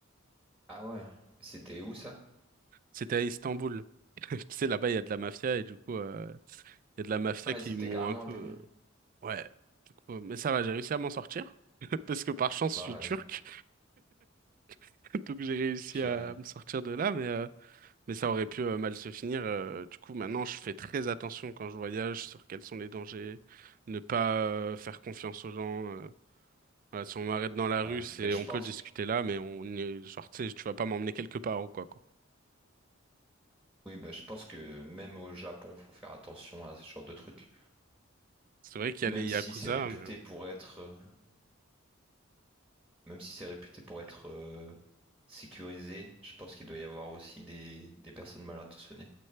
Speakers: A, in the centre; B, on the right.
A: ah ouais, c'était où ça?
B: C'était à Istanbul. <laughs> Tu sais, là-bas, il y a de la mafia
A: Il-
B: et du coup, euh, il y a de la mafia
A: Ah ouais,
B: qui
A: c'était
B: m'ont
A: carrément
B: un peu...
A: avec.
B: euh, Ouais. Du coup, euh, mais ça va, j'ai réussi à m'en sortir. <laughs> Parce que par chance, je
A: Bah
B: suis
A: ouais,
B: turc. <laughs> Donc, j'ai réussi
A: je dirais.
B: à me sortir de là. Mais... euh, Mais ça aurait pu euh, mal se finir. euh, du coup, maintenant, je fais très attention quand je voyage sur quels sont les dangers, ne pas euh, faire confiance aux gens. euh. Voilà, si on m'arrête dans la rue,
A: Ouais.
B: c'est
A: Mais je
B: on
A: pense
B: peut discuter là, mais on est genre, tu sais, tu vas pas m'emmener quelque part ou quoi, quoi.
A: Oui, bah, je pense que même au Japon, faut faire attention à ce genre de trucs.
B: C'est vrai qu'il y
A: Même
B: a les
A: si
B: yakuza,
A: c'est réputé
B: mais
A: pour être, euh, même si c'est réputé pour être euh, sécurisé, je pense qu'il doit y avoir aussi des, des personnes mal intentionnées.